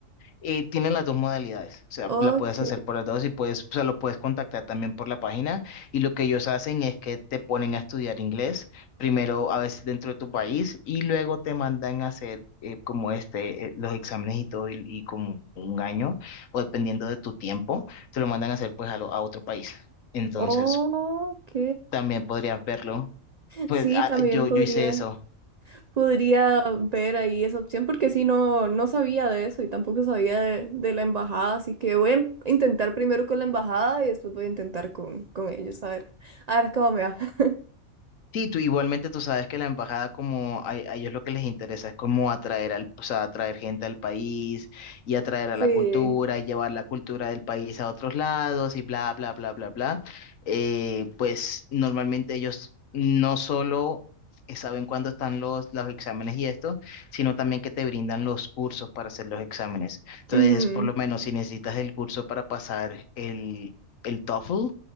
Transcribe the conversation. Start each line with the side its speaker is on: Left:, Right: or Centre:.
Left: Eh, tienen las dos modalidades, o sea,
Right: Ok.
Left: la puedes hacer por las dos y puedes, o sea, lo puedes contactar también por la página y lo que ellos hacen es que te ponen a estudiar inglés, primero a veces dentro de tu país y luego te mandan a hacer eh, como este, eh, los exámenes y todo y, y como un año o dependiendo de tu tiempo, te lo mandan a hacer pues a, lo- a otro país. Entonces,
Right: Ok.
Left: también podrías verlo. Pues
Right: Sí,
Left: ah,
Right: también
Left: yo,
Right: podría,
Left: yo hice eso,
Right: podría ver ahí esa opción porque sí, no, no sabía de eso y tampoco sabía de, de la embajada, así que voy a em, intentar primero con la embajada y después voy a intentar con, con ellos, a ver, a ver cómo me va. <laughs>
Left: Sí, tú igualmente tú sabes que la embajada como a, a ellos lo que les interesa es como atraer al, o sea, atraer gente al país y atraer a
Right: Sí.
Left: la cultura y llevar la cultura del país a otros lados y bla, bla, bla, bla, bla. Eh, pues normalmente ellos no solo eh, saben cuándo están los, los exámenes y esto, sino también que te brindan los cursos para hacer los exámenes. Entonces,
Right: ujú,
Left: por lo menos si necesitas el curso para pasar el, el TOEFL,